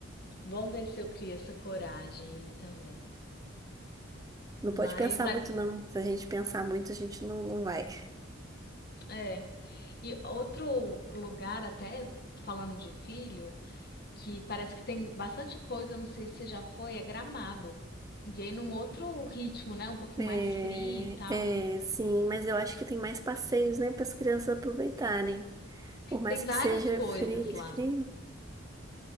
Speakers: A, on the left (about 55°); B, on the right (about 20°).
A: Vamos ver se eu crio essa coragem aí também.
B: Não pode
A: Mas
B: pensar
A: a-
B: muito, não. Se a gente pensar muito, a gente não, não vai.
A: é. E outro lugar, até falando de filho, que parece que tem bastante coisa, eu não sei se já foi, é Gramado. E aí num outro ritmo, né? Um pouquinho
B: É,
A: mais frio e tal.
B: é, sim, mas eu acho que tem mais passeios, né, para as crianças aproveitarem. Por mais
A: Tem várias
B: que seja
A: coisas
B: frio,
A: lá.
B: frio.